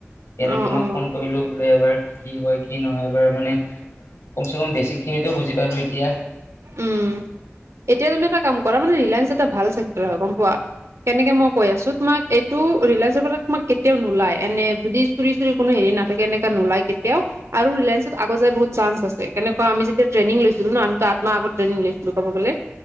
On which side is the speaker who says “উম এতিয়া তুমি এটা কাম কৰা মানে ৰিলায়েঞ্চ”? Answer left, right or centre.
Right